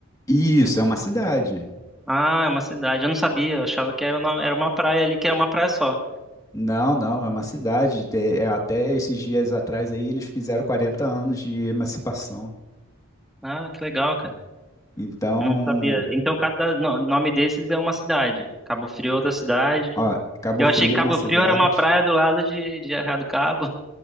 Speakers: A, on the left; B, in the centre.
A: Isso, é uma cidade.
B: Ah, é uma cidade. Eu não sabia, eu achava que era uma, era uma praia ali, que era uma praia só.
A: Não, não, é uma cidade. Te- é, até esses dias atrás aí eles fizeram 40 anos de emancipação.
B: Ah, que legal, cara.
A: Então,
B: Não sabia. Então cada no- nome desses é uma cidade. Cabo Frio é outra cidade.
A: ó, Cabo
B: Eu
A: Frio
B: achei que Cabo
A: é uma cidade.
B: Frio era uma praia do lado de, de Arraial do Cabo.